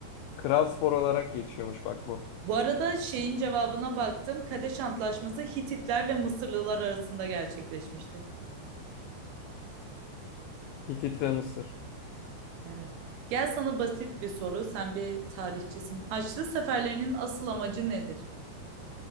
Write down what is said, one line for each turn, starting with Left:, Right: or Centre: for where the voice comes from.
Left: kral spor olarak geçiyormuş bak bu.
Right: Bu arada şeyin cevabına baktım. Kadeş Antlaşması Hititler ve Mısırlılar arasında gerçekleşmişti.
Left: Hitit ve Mısır.
Right: Evet. Gel sana basit bir soru. Sen bir tarihçisin. Haçlı seferlerinin asıl amacı nedir?